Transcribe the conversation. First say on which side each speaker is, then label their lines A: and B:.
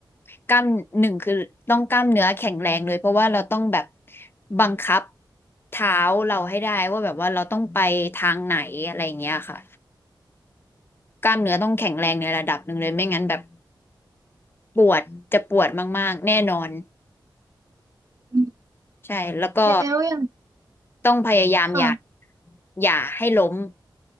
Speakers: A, on the left (about 25°); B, on the right (about 40°).
A: กล้ามหนึ่งคือต้องกล้ามเนื้อแข็งแรงเลยเพราะว่าเราต้องแบบบังคับเท้าเราให้ได้ว่าแบบว่าเราต้องไปทางไหนอะไรอย่างเงี้ยค่ะกล้ามเนื้อต้องแข็งแรงในระดับหนึ่งเลยไม่งั้นแบบปวดจะปวดมากๆแน่นอน
B: อืม
A: ใช่แล้วก็
B: แล้วอย่าง
A: ต้องพยายามอย่า
B: ค่ะ
A: อย่าให้ล้ม